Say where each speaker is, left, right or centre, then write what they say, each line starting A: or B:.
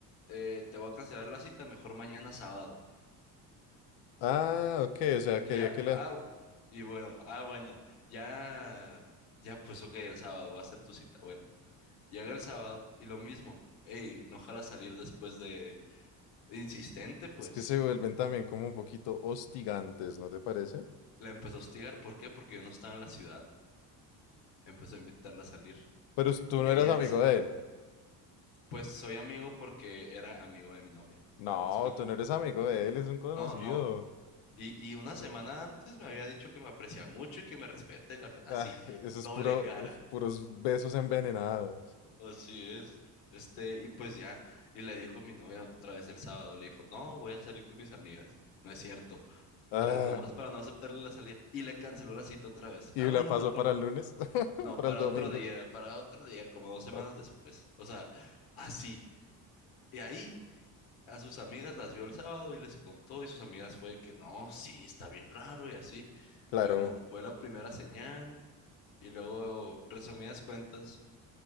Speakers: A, on the left; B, on the left.
A: eh, te voy a cancelar la cita, mejor mañana sábado.
B: Ah, ok, o sea,
A: Y
B: quería
A: ya,
B: que la...
A: ah, y bueno, ah, bueno, ya, ya, pues ok, el sábado va a ser tu cita. Bueno, llega el sábado y lo mismo, ey, no jala salir después de insistente, pues.
B: Es que se vuelven también como un poquito hostigantes, ¿no te parece?
A: La empezó a hostigar, ¿por qué? Porque yo no estaba en la ciudad. Empezó a invitarla a salir.
B: Pero tú
A: Y
B: no
A: ella,
B: eras amigo
A: se-
B: de él.
A: pues soy amigo porque era amigo de mi novia.
B: No,
A: ¿Me explico?
B: tú no eres amigo de él, es un conocido.
A: No, no. Y, y una semana antes me había dicho que me aprecia mucho y que me respeta y la, fe- así,
B: Ah, eso es
A: doble
B: puro,
A: cara.
B: puros besos envenenados.
A: Así es. Este, y pues ya, y le dijo mi novia otra vez el sábado, le dijo, no, voy a salir con mis amigas, no es cierto,
B: Ah,
A: ¿sabes? Nomás para no aceptarle la salida, y le canceló la cita otra vez,
B: y
A: ah, bueno,
B: la pasó
A: mejor,
B: para el lunes, <laughs>
A: no,
B: para
A: para
B: el domingo.
A: otro día, para otro día, como dos
B: Ah,
A: semanas después, o sea, así, y ahí a sus amigas las vio el sábado y les contó, y sus amigas fue que, no, sí, está bien raro y así,
B: claro,
A: bueno, fue la primera señal, y luego, resumidas cuentas,